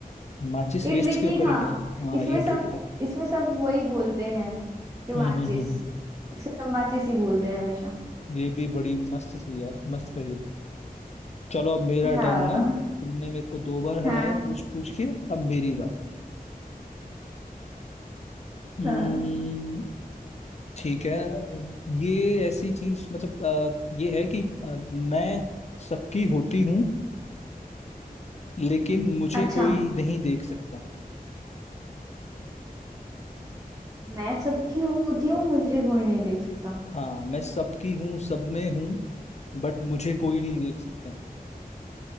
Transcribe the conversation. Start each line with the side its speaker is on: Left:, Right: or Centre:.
Left: माचिस
Right: ये
Left: वेस्ट
Right: ट्रिकी
Left: क्यों करेंगे
Right: था
Left: हाँ
Right: इसमें
Left: ये
Right: सब
Left: ट्रिक है तो
Right: इसमें सब वही बोलते हैं कि माचिस
Left: हम्म हम्म हम्म हम्म।
Right: इसमें सब माचिस ही बोलते हैं हमेशा
Left: ये भी बड़ी मस्त थी यार मस्त पहेली चलो अब मेरा
Right: हाँ
Left: टर्न ना तुमने मेरे को दो बार हराया
Right: हाँ
Left: पूछ पूछ के अब मेरी बात
Right: हाँ
Left: ठीक है अ, ये ऐसी चीज मतलब अ, ये है कि अ, मैं सबकी होती हूँ लेकिन मुझे
Right: अच्छा
Left: कोई नहीं देख सकता
Right: मैं सबकी होती हूँ मुझे कोई नहीं देख सकता
Left: हाँ मैं सबकी हूँ सब में हूँ बट मुझे कोई नहीं देख सकता